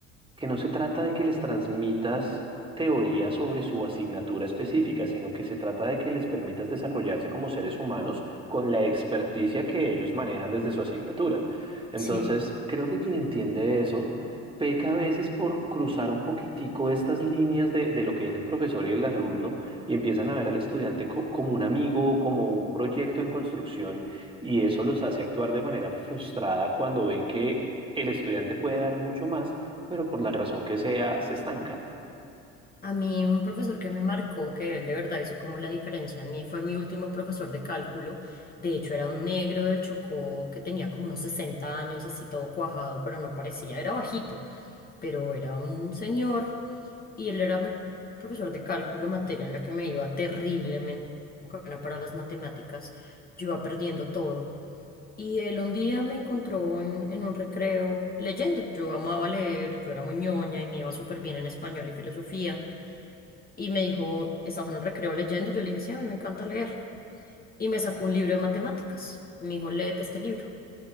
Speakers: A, on the right (about 15°); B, on the left (about 30°).
A: que no se trata de que les transmitas teoría sobre su asignatura específica, sino que se trata de que les permitas desarrollarse como seres humanos con la experticia que ellos manejan desde su asignatura. Entonces,
B: Sí.
A: creo que quien entiende eso peca a veces por cruzar un poquitico estas líneas de, de lo que es el profesor y el alumno y empiezan a ver al estudiante co- como un amigo, como un proyecto en construcción y eso los hace actuar de manera frustrada cuando ven que el estudiante puede dar mucho más pero por la razón que sea, se estanca.
B: A mí un profesor que me marcó, que él de verdad hizo como la diferencia en mí, fue mi último profesor de cálculo. De hecho, era un negro del Chocó que tenía como unos 60 años, así todo cuajado, pero no parecía, era bajito, pero era un señor y él era mi profesor de cálculo, materia en la que me iba terriblemente buena para las matemáticas, yo iba perdiendo todo. Y él un día me encontró en, en un recreo leyendo. Yo amaba leer y yo era muy ñoña y me iba súper bien en español y filosofía y me dijo, ¿estás en el recreo leyendo? yo le dije, sí, a mí me encanta leer. Y me sacó un libro de matemáticas. Me dijo, léete este libro.